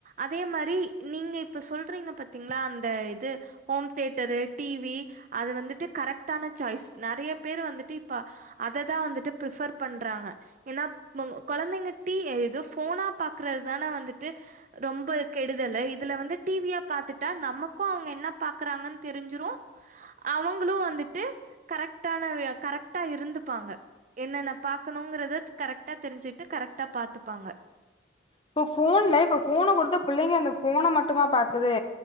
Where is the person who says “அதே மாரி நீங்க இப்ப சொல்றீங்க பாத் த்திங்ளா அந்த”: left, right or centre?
Right